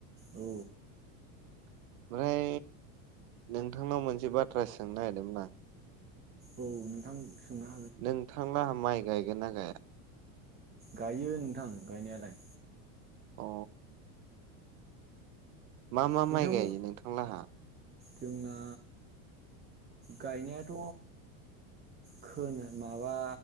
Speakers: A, on the right; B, on the right.
A: औ
B: ओमफ्राय नोंथांनाव मोनसे बाथ्रा सोंनो नागिरदोंमोन आं
A: औ नोंथां सोंना
B: नोंथांङा माइ गायगोन ना गाया?
A: गायो नोंथां गायनायालाय
B: अ मा मा
A: नोंथां
B: माइ गायो नोंथांलाहा?
A: जोंना गायनायाथ' खोनो माबा